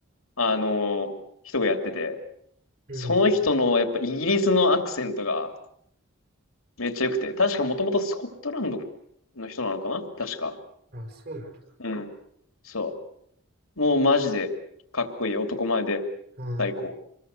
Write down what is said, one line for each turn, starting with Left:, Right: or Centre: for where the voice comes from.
Left: あの、人がやってて、
Right: うん。
Left: その人の、やっぱイギリスのアクセントがめっちゃ良くて、確かもともとスコットランドの人なのかな確か。
Right: あ、そうなんだ。
Left: うん。そう。もうマジでかっこいい。男前で
Right: あ
Left: 最高。